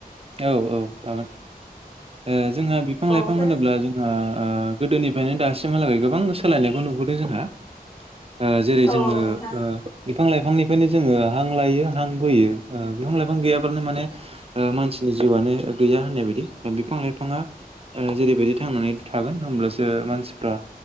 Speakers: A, on the right; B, on the left.
A: औ औ हागोन ओ जोंहा बिफां-लाइफां
B: औ फोर
A: होनोब्ला जोंहा ओ गोदोनि फायनो दासिमहालागै गोबां सोलायनायखौ नुबोदों जोंहा। ओ जेरै
B: औ
A: जोङो
B: नोंथां
A: ओ बिफां-लाइफांनिफ्रायनो जोङो हां लायो हां बोयो ओ बिफां-लाइफां गैयाब्लानो माने ओ मानसिनि जिउआनो गैया होननाय बायदि। बिफां लाइफाङा ओ जेरैबायदि थांनानै थागोन होमब्लासो मानसिफ्रा